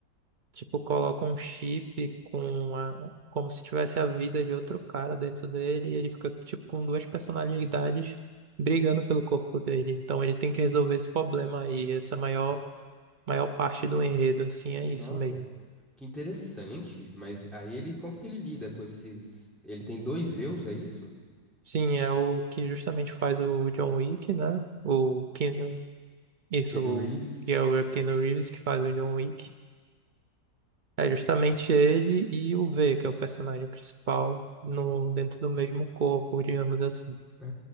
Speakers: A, on the right; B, in the centre.
A: tipo, coloca um chip com a, como se tivesse a vida de outro cara dentro dele e ele fica, tipo, com duas personalidades brigando pelo corpo dele. Então ele tem que resolver esse problema aí, essa maior, maior parte do enredo, assim, é isso
B: Nossa.
A: mesmo.
B: Que interessante, mas aí ele, como que ele lida com esses? Ele tem dois eus, é isso?
A: Sim, é o que justamente faz o John Wick, né? O Keanu, isso,
B: Kenny Reeves.
A: que é o Keanu Reeves que faz o John Wick. É justamente ele e o V, que é o personagem principal, no, dentro do mesmo corpo, digamos assim.
B: Ah,